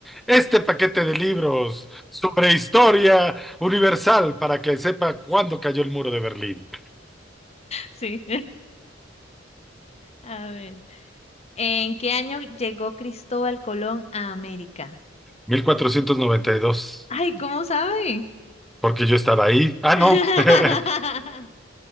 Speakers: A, in the centre; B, on the left.
A: este paquete de libros sobre historia universal para que sepa cuándo cayó el muro de Berlín.
B: Sí. A ver. ¿En qué año llegó Cristóbal Colón a América?
A: Mil cuatrocientos noventa y dos,
B: Ay, ¿cómo sabe?
A: Porque yo estaba ahí. Ah, no.
B: <laughs>
A: <laughs>